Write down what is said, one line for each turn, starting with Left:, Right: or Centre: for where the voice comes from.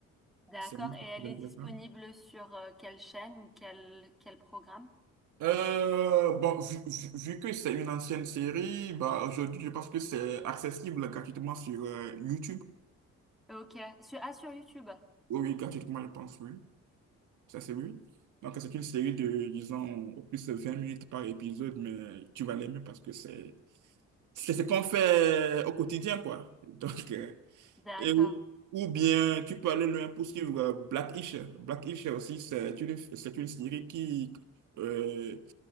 Centre: D'accord.
Right: C'est
Centre: Et elle
Right: intéressant.
Centre: est disponible sur euh, quelle chaîne ou quel, quel programme?
Right: Euh, bon, vu, vu- vu que c'est une ancienne série, bah, aujourd'hui, je pense que c'est accessible gratuitement sur euh, YouTube.
Centre: Ok. Sur, ah, sur YouTube.
Right: Oui, oui, gratuitement, je pense, oui. Ça, c'est oui. Donc, c'est une série de, disons, au plus de 20 minutes par épisode, mais tu vas l'aimer parce que c'est c'est ce qu'on fait au quotidien, quoi. Donc, euh,
Centre: D'accord.
Right: et ou ou bien, tu peux aller loin pour suivre euh, Black-ish. Black-ish aussi, c'est une, c'est une série qui, euh,